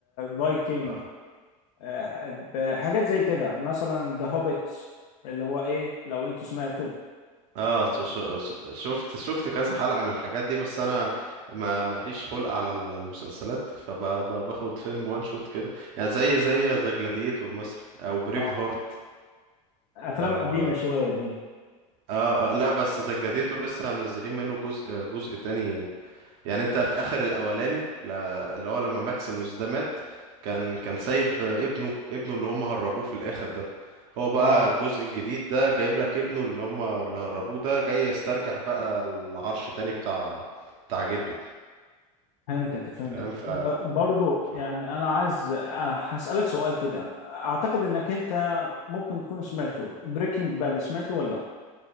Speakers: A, on the left; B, on the right.
A: فايكنج
B: اه
A: آه، بحاجات زي كده مثلا ذا هوبيتس اللي هو ايه لو انت سمعته
B: آه، ش- ش- شفت شفت كذا حلقه من الحاجات دي بس انا ما ماليش خلق على ال- المسلسلات فباخد فيلم وان شوت كده يعني زي زي ذا جلاديتور مثلا او بريف
A: اه
B: هارت
A: افلام
B: او
A: قديمه شويه دي
B: اه اه لا بس ذا جلاديتور لسه منزلين منه جزء جزء تاني يعني انت في اخر الاولاني لا اللي هو لما ماكسيموس ده مات كان كان سايب ابنه ابنه اللي هم هربوه في الاخر ده هو بقى
A: اه
B: الجزء الجديد ده جايب لك ابنه اللي هم اللي هربوه ده جاي يسترجع بقى العرش تاني بتاع بتاع جده
A: فهمتك فهمتك
B: فاهم ف...
A: ب- برضو
B: ف...
A: يعني انا عايز آه، هسألك سؤال كده اعتقد انك انت ممكن تكون سمعته بريكنج باد سمعته ولا لأ؟